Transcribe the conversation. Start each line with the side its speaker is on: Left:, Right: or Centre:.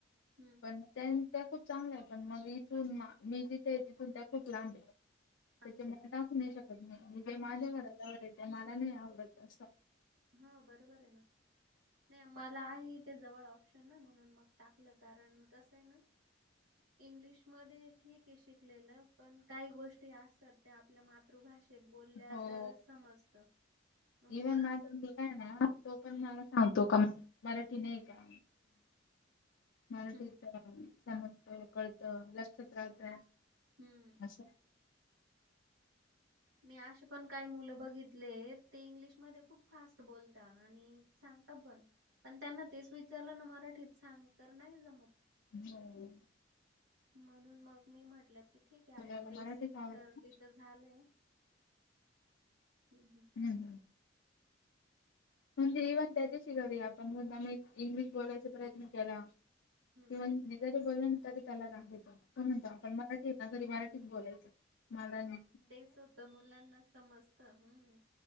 Right: हम्म.
Left: पण त्या खूप चांगल्या आहे पण मग इथून मी जिथे आहे तिथून त्या खूप लांब आहे. त्याचे
Right: अच्छा
Left: म टाखू नाही शकत नाही आणि जे माझ्या
Right: हम्म
Left: घराला
Right: हम्म
Left: वड मला नाही आवडत असं.
Right: हा बरोबर आहे ना नाही मला आहे ते जवळ शन म्हणून मग टाकलं कारण कस आहे ना इंग्लिश ठीक आहे शिकलेलं पण काही गोष्टी असतात ते आपल्या मात. मातृभाषेत बोलल्या
Left: हो
Right: तर समजत मुलां
Left: इव्हन माझा तो पण मला सांग. तो का मराठी नाही का मराठी
Right: हम्म
Left: समजतो कळत लक्षात राहत.
Right: हम्म.
Left: अस.
Right: मी असे पण काही मुलं बघितले ते इंग्लिश मध्ये खूप फास्ट बोलता आणि सांग. पण पण त्यांना तेच विचारलं ना मराठीत सांग तर नाही जमत.
Left: हम्.
Right: म्हणून मग मी म्हटलं की ठीक आहे आता
Left: मुलाला
Right: बेसिक
Left: मराठीच आवडतं.
Right: तर तिच झालं हम् हम्.
Left: हम्म. म्हणजे इव्हन त्याच्याशी घरी आपण मुद्दा मी इंग्लिश बोलायचा प्रयत्न केला. किंवा
Right: हम्म.
Left: जरी बोलल ना तरी त्याला राग येतो म्हणतो आपण मराठी आ तरी मराठीत बोलायचं मलानी
Right: तेच होतं मुलांना समजत हम्.